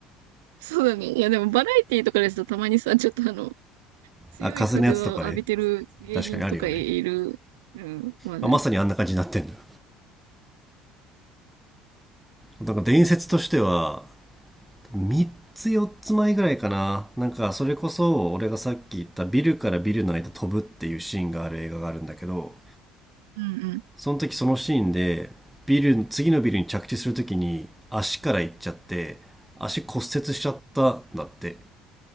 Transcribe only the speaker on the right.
そうだね。いや、でもバラエティとかですとたまにさ、ちょっとあの、強い風を浴びてる芸人とかいる。
うん、まあね。
うん、うん。